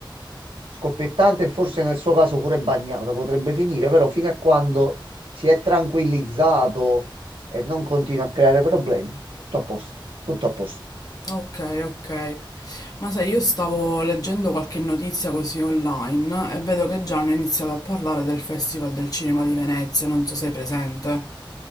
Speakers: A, on the right; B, on the left.
A: scoppiettante e forse nel suo caso pure bagnato, potrebbe finire, però fino a quando si è tranquillizzato e non continua a creare problemi, tutto a posto, tutto a posto.
B: Ok, ok. Ma sai, io stavo leggendo qualche notizia così online e vedo che già hanno iniziato a parlare del Festival del Cinema di Venezia, non so se sei presente.